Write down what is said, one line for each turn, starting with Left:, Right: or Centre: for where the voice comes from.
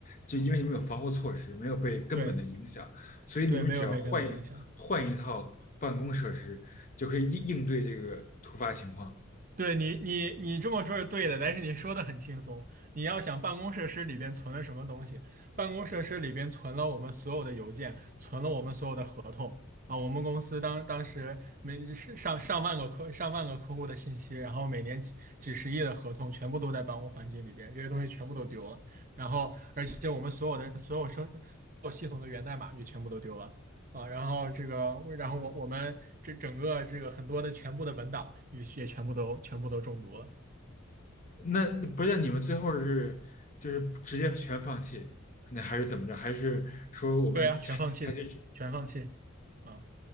Left: 就因为你们有防护措施，没有被根本的影响，
Right: 对
Left: 所以你们只要换一换一套办公设施，
Right: 对，没有被根本影响。
Left: 就可以应应对这个突发情况。
Right: 对你，你你这么说是对的，但是你说的很轻松。你要想办公设施里边存了什么东西，办公设施里边存了我们所有的邮件，存了我们所有的合同啊。我们公司当当时每是上上万个客上万个客户的信息，然后每年几几十亿的合同全部都在办公环境里边，这些东西全部都丢了。然后，而且我们所有的所有生所有系统的源代码也全部都丢了。啊，然后这个，然后我我们这整个这个很多的全部的文档也也全部都全部都中毒了。
Left: 那不是那你们最后是就是直接全放弃，那还是怎么着？还是说我们采采取
Right: 对啊，全放弃，全放弃，啊，